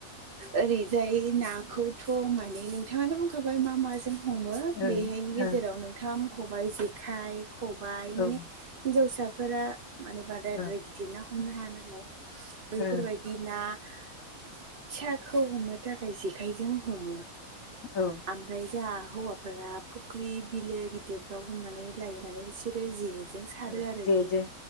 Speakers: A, on the right; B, on the left.
A: ओरैजाय नाखौथ' माने नोंथाङानो बुंखाबाय मा माजों। हमो
B: ओं
A: बेहायनि गेजेराव
B: ओं
A: नोंथांङा मख'बाय जेखाइ। खबाइ
B: औ
A: माने हिनजावसाफोरा माने बाराद्राय
B: ओं
A: गिद। दिरा ना हमनो हाया नालाय बैफोरबाय।
B: ओं
A: दि ना
B: ओं
A: फिसाखौ हमनो थाखाय जेखाइजों हमो।
B: औ।
A: ओमफ्राय जोंहा हौवाफोरा फुख्रि बिलो गिदिरफ्राव हमनानै। लायो नालाय बिसोरो जेजों सारो
B: ओ
A: आरो
B: जेजों
A: गें